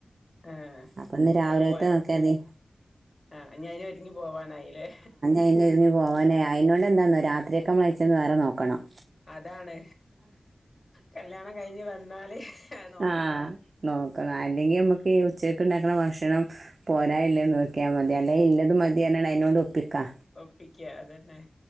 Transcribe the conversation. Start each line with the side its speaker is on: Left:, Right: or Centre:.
Left: ആഹ്
Right: അപ്പ ഇന്ന് രാവിലേത്തെ
Left: ഇപ്പ അത് പോയ
Right: നോക്ക്യാതി
Left: ആഹ് ഇനി അയിന് ഒരുങ്ങി പോവാനായില്ലേ
Right: അയിന് ഒരുങ്ങി പോവാനായി അയിനോണ്ട് എന്താന്നോ രാത്രിയേക്കമ്മളയിച്ചെന്ന് വേറെ നോക്കണം
Left: അതാണ് കല്യാണം കഴിഞ്ഞ് വന്നാല് അത് നോക്കണം
Right: ആഹ് നോക്കണം ആല്ലെങ്കി നമ്മക്ക് ഈ ഉച്ചേക്ക് ഇണ്ടാക്കണ ഭക്ഷണം പോരായില്ലേന്നോ ക്ക്യാ മതി അല്ലേ ഇല്ലത് മതിയർഞ്ഞാണ്ട് അയിനോണ്ട് ഒപ്പിക്കാ
Left: ഒപ്പിക്കാ അതന്നെ